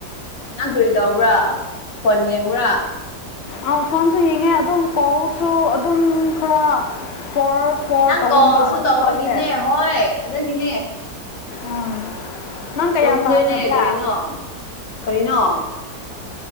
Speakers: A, on the left (about 75°); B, on the left (about 45°).
A: ꯅꯪ ꯀꯔ꯭ꯤ ꯇꯧꯕ꯭ꯔꯥ ꯐꯣꯟ ꯌꯦꯡꯕ꯭ꯔꯥ
B: ꯑꯪ ꯐꯣꯟꯁꯨ ꯌꯦꯡꯉꯦ ꯑꯗꯨꯝ ꯀꯥꯎꯁꯨ ꯑꯗꯨꯝ ꯈꯔ ꯐꯣꯔ ꯐꯣꯔ
A: ꯅꯪ
B: ꯇꯧꯒꯨꯝꯕ
A: ꯀꯣꯜꯁꯨ
B: ꯑꯗꯨꯝ
A: ꯇꯧꯕꯒꯤꯅꯦ
B: ꯇꯧꯋꯦ
A: ꯍꯣꯏ ꯑꯗꯒꯤꯅꯦ
B: ꯎꯝ <unintelligible> ꯀꯌꯥ
A: ꯇꯨꯝꯗꯣꯏꯅꯦ
B: ꯇꯥꯈ꯭ꯔꯕ꯭ꯔꯥ
A: ꯀꯔ꯭ꯤ ꯅꯣ ꯀ꯭ꯔꯤ ꯅꯣ